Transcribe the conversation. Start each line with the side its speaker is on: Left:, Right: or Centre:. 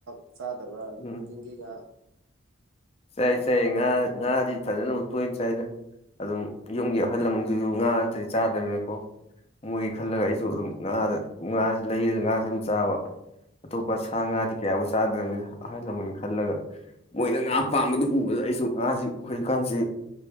Right: ꯆꯥ ꯆꯥꯗꯕ
Left: ꯎꯝ
Right: ꯌꯦꯒꯤꯤꯒ
Left: ꯆꯥꯏ ꯆ ꯆꯩ ꯉꯥ ꯉꯥꯗꯤ ꯐꯖꯅ ꯇꯣꯏꯅ ꯆꯥꯏꯗ ꯑꯗꯨꯝ ꯌꯨꯝꯒꯤ ꯑꯍꯜ ꯂꯃꯟꯁꯤꯁꯨ ꯉꯥꯇꯗꯤ ꯆꯥꯗ꯭ꯔꯕꯅꯤꯅꯀꯣ ꯃꯣꯏ ꯈꯜꯂꯒ ꯑꯩꯁꯨ ꯑꯗꯨꯝ ꯉꯥꯗ ꯉꯥꯥꯁ ꯂꯩꯔꯒ ꯉꯥꯥꯁ ꯑꯗꯨꯝ ꯆꯥꯕ ꯑꯇꯣꯞꯄ ꯁꯥ ꯉꯥꯗꯤ ꯀꯌꯥꯐꯨꯛ ꯆꯥꯗ꯭ꯔꯕꯅꯤꯅ ꯑꯍꯜ ꯂꯃꯟ ꯈꯜꯂꯒ ꯃꯣꯏꯗ ꯉꯥ ꯑꯄꯥꯝꯕꯗꯨ ꯎꯕꯗ ꯑꯩꯁꯨ ꯉꯥꯁꯤ ꯍꯧꯖꯤꯛꯀꯥꯟꯁꯤ